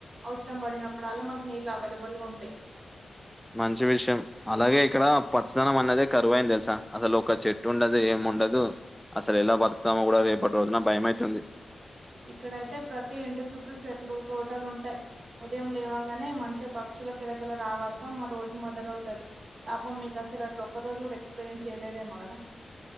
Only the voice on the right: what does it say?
అవసరం పడినప్పుడల్ల మకు నీళ్ అవలబుల్ గా ఉంటాయి
ఇక్కడైతే ప్రతి ఇంటి చుట్టూ చెట్లు తోటలు ఉంటాయి ఉదయం లేవగానే మంచిగా పక్షుల కిల కల రావాలతో మా రోజు మొదలవుతాది. పాపం మీకసలు అట్లా ఒక్క రోజు కూడా ఎక్స్పీరియన్స్ చేయలేదేమో కదా